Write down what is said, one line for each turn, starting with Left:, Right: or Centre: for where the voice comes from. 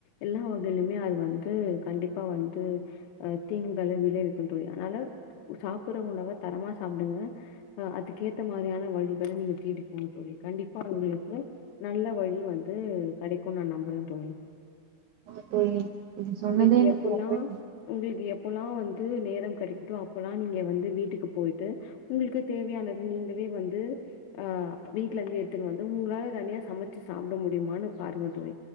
Left: எல்லா வகையிலுமே அது வந்து கண்டிப்பா வந்து ஆ தீங்குகள விளைவிக்கு தோழி அனால சாப்பிடுற உணவ தரமா சாப்டுங்க அ அதுக்க ஏத்த மாரியான வழிகள நீங்க தீடிப்போங்க தோழி கண்டிப்பா உங்களுக்கு நல்ல வழி வந்து கேடைக்கு நா நம்புறே தோழி
Right: <unintelligible> சொன்னதே
Left: உங்களுக்கு
Right: எனக்கு
Left: எப்பல்லா
Right: ரொம்ப
Left: உங்களுக்கு எப்பல்லா வந்து நேரம் கிடைக்குதோ அப்பல்லா நீங்க வந்து வீட்டுக்கு போயிட்டு உங்களுக்கு தேவையானது நீங்களே வந்து ஆ வீட்டுல இருந்து எடுத்துட்டு வந்து உங்களால தனியா சமச்சு சாப்ட முடியுமான்னு பாருங்க தோழி